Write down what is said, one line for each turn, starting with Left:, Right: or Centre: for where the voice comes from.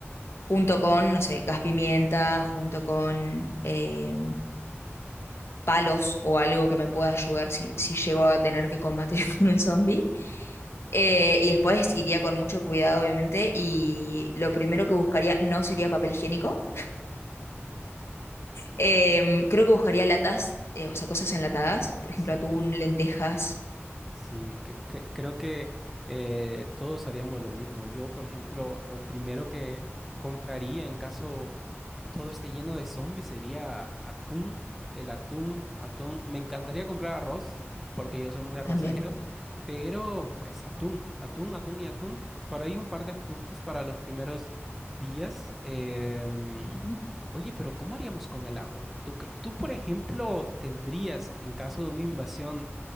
Left: junto con, no sé, gas pimienta, junto con eh, palos o algo que me pueda ayudar si, si llego a tener que combatir <laughs> con un zombie. Eh, y después iría con mucho cuidado, obviamente, y lo primero que buscaría no sería papel higiénico. Eh, creo que buscaría latas, eh, o sea, cosas enlatadas, por
Centre: Sí,
Left: ejemplo, atún, lentejas
Centre: Sí, cre- cre- creo que eh, todos haríamos lo mismo. Yo, por ejemplo, lo primero que compraría en caso todo esté lleno de zombies sería atún, el atún, atún. Me encantaría comprar arroz, porque yo soy muy arrocero,
Left: también.
Centre: pero pues atún, atún, atún y atún. Por ahí un par de frutas para los primeros días. Em,
Left: Ujú.
Centre: Oye, pero ¿cómo haríamos con el agua? ¿Tú, cre- tú, por ejemplo, tendrías en caso de una invasión?